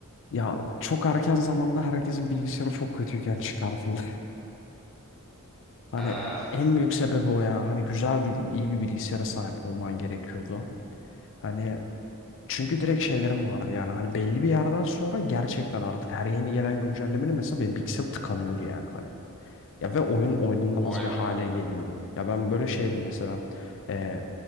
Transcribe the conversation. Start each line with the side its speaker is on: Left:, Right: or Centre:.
Left: Ya çok erken zamanda herkesin bilgisayarı çok kötüyken çıkartıldı. <laughs> Hani
Centre: Ha.
Left: en büyük sebebi o ya. Hani güzel bir, iyi bir bilgisayara sahip olman gerekiyordu. Hani çünkü direkt şeylerim vardı yani. Hani belli bir yerden sonra gerçekten artık her yeni gelen güncellemeyle mesela benim bilgisayarım tıkanıyordu yani. Hani. Ya ve oyun oynanamaz
Centre: Vay
Left: bir
Centre: be.
Left: hale geliyordu. Ya ben böyle şeydim mesela. Ee,